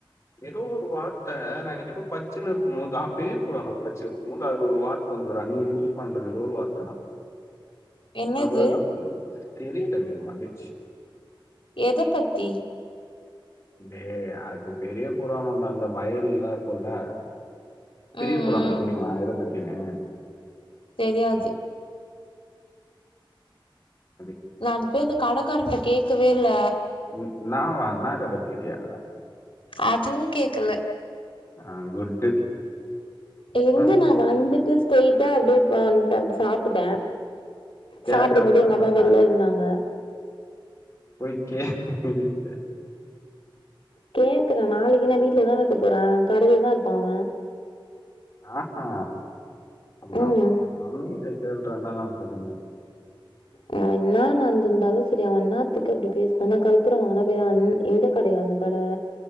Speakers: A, on the left; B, on the left.
A: எதோ ஒரு வார்த்தை நா இன்னைக்கி எதோ பட்சுனுருக்கும் போதுதா பேய போடுவாங்க நா படுச்சுனுருக்கும் போது அதுல ஒரு வார்த் தந்துரா நீங்க யூஸ் பண்ற எதோ ஒரு வார்த்த தா
B: என்னது
A: அவதா தப்பு தெரியு டைமிங் மகிழ்ச்சி
B: எத பத்தி
A: டேய் அது பெரிய புராணம் அந்த வயல் எல்லாம் இருக்கும்ல்ல பெரிய
B: ம்
A: புராணம்
B: ம்
A: தெரியுமா எத பத்தினு
B: தெரியாது
A: ஆ
B: நா அந்த போய் அந்த கடக்காரன்ட்ட கேட்கவே இல்ல
A: ம் என்னவா என்ன கதன் கேட்டியா
B: அதுவும் கேக்கல
A: ஆ குட்டு
B: எங்க
A: ஆ
B: நா வந்துட்டு ஸ்ட்ரெய்ட்டா அப்டியே வன்டேன் சாப்புட்டே
A: கேக்குறேன்
B: சாப்புடும் போது
A: தானே
B: எங்க அம்மா
A: சொன்னேன்
B: வெளில இருந்தாங்க
A: போய் கேக்க வேண்டியதான
B: கேக்குறே நாளைக்கு நா வீட்லதான இருக்க போறே கடையில தா இருப்பா அவ
A: ஆ ஆஹா உங்க
B: ம்
A: அம் உங்க மம்மி கிட்ட கேள்றான்னு தா நா சொல்றே
B: அ என்ன நடந்திருந்தாலு சேரி அவன் எண்ணாத்துக்கு அப்படி பேசினான் நா கல்புரம் வாங்குனா பெரிய இந்த கடையா அந்த கட